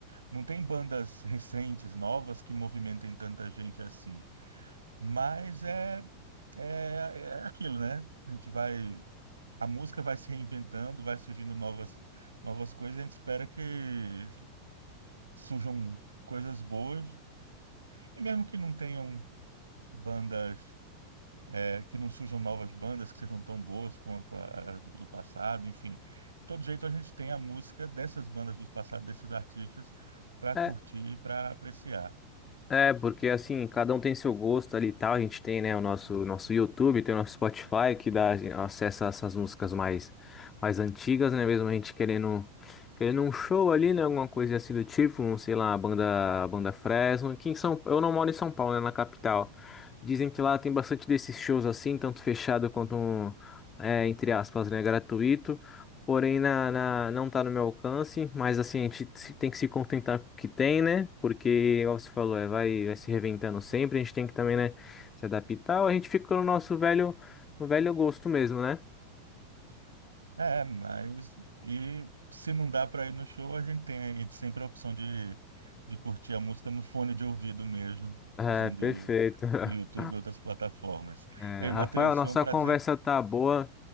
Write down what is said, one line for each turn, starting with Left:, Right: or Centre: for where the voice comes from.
Right: Não tem bandas recentes, novas, que movimentem tanta gente assim. Mas é, é, é aquilo, né? A gente vai, a música vai se reinventando, vai surgindo novas, novas coisas, e a gente espera que surjam coisas boas, e mesmo que não tenham bandas, é, que não surjam novas bandas que sejam tão boas quanto a- as do passado, enfim. De todo jeito, a gente tem a música dessas bandas do passado, desses artistas, para curtir,
Left: É,
Right: para apreciar.
Left: é, porque assim, cada um tem seu gosto ali e tal. A gente tem, né, o nosso, nosso YouTube, tem o nosso Spotify, que dá assim, acesso a essas músicas mais, mais antigas, né? Mesmo a gente querendo, querendo um show ali, né? Alguma coisa assim do tipo, um, sei lá, a banda, a banda Fresno. Aqui em São, eu não moro em São Paulo, né? Na capital. Dizem que lá tem bastante desses shows assim, tanto fechado quanto, um, é, entre aspas, né, gratuito. Porém, na, na- não está no meu alcance, mas assim, a gente se- tem que se contentar com o que tem, né? Porque, igual você falou, é, vai, vai se reinventando sempre, a gente tem que também, né, se adaptar, ou a gente fica no nosso velho, no velho gosto mesmo, né?
Right: É, mas e se não dá para ir no show, a gente tem aí sempre a opção de, de curtir a música no fone de ouvido mesmo,
Left: É,
Right: usando
Left: perfeito. <laughs>
Right: o YouTube e outras plataformas.
Left: É,
Right: Ei, Matheus,
Left: Rafael, nossa
Right: foi um prazer.
Left: conversa tá boa.